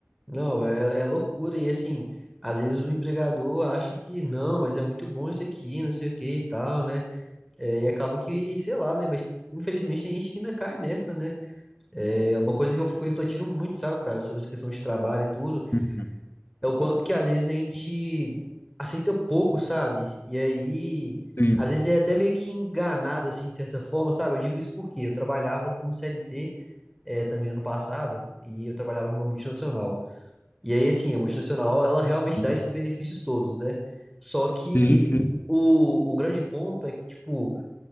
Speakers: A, in the centre; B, on the left.
A: Não, é, é loucura. E assim, às vezes o empregador acha que não, mas é muito bom isso aqui, não sei o que e tal, né? É, e acaba que, sei lá, né? Mas infelizmente tem gente que ainda cai nessa, né? É uma coisa que eu fico refletindo muito, sabe, cara, sobre essa questão de trabalho e tudo.
B: Uhum.
A: É o quanto que às vezes a gente aceita pouco, sabe? E aí,
B: Sim,
A: às vezes é até meio que enganado, assim, de certa forma, sabe? Eu digo isso porque eu trabalhava como CLT, eh, também ano passado, e eu trabalhava numa multinacional. E aí, assim, a multinacional, ela realmente
B: uhum.
A: dá esses benefícios todos, né? Só que
B: Sim, sim.
A: o, o grande ponto é que, tipo,